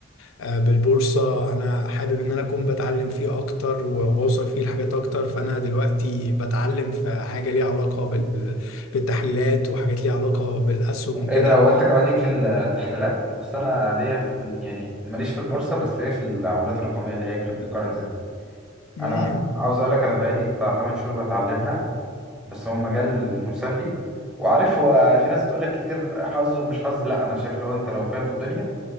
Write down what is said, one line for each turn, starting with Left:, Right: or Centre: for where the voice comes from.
Left: آه، بالبورصة انا حابب ان انا اكون بتعلم فيه اكتر وبوصل فيه لحاجات اكتر فانا دلوقتي بتعلم في حاجة ليها علاقة بال- بالتحليلات وحاجات ليها علاقة بالاسهم وكده
Centre: ايه ده وانت كمان ليك في التحليلات اصل انا ليا في ال- يعني ماليش في البورصه بس ليا في العملات الرقميه اللي هي كريبتو كورنسي
Left: امم
Centre: انا عاوز اقول لك انا بقالي بتاع 8 شهور بتعلمها بس هو مجال مسلي وعارف هو في ناس تقول لك كتير حظ ومش حظ لا انا شايف لو انت لو فاهم الدنيا